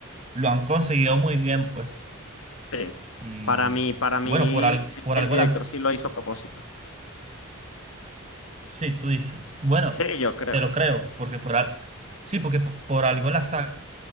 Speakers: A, on the right; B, on the left.
A: lo han conseguido muy bien, pues.
B: Sí.
A: Y,
B: Para mí, para mí,
A: y bueno, por, al-
B: el,
A: por
B: el
A: algo
B: director
A: las...
B: sí lo hizo a propósito.
A: Sí, tú dices. Y bueno,
B: Sí, yo creo.
A: te lo creo, porque por al- Sí, porque po- por, algo la saga